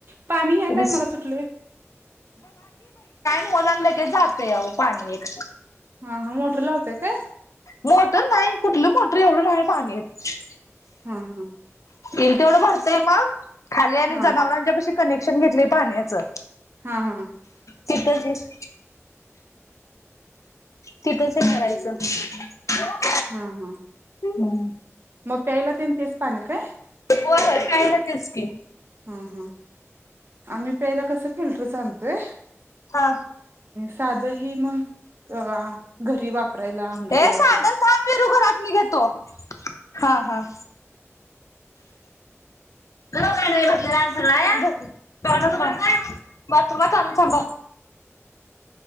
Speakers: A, on the right; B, on the left.
A: पाणी ह्या टाईमाला
B: रिस्क
A: सुटलंय व्हय?
B: मोलां लगेच जातंय अहो पाणी एक
A: हा, हा मोटर लावताय काय?
B: मोटर नाही. कुठलं मोटर एवढं नाही पाणी येतं.
A: हा, हा.
B: इल तेवढ भरतेय मग खाली आणि
A: हा
B: जनावरांच्यापशी कनेक्शन घेतले पाण्याचं
A: हा, हा.
B: तिथंच तिथंच हे करायचं <inaudible>
A: हा, हा.
B: हम्म.
A: मग प्यायला तेन तेचं पाणी काय?
B: होय, होय प्यायला तेचं की.
A: हा, हा आम्ही प्यायला कसं फिल्टरच आनतोय.
B: हा.
A: साधं ही मग अ घरी वापरायला आंघोळीला
B: हे सांडल
A: ते
B: थांब विरू घरात मी घेतो, हा. हा. <unintelligible> भरलाया भर बात्रुमात आलो थांबा.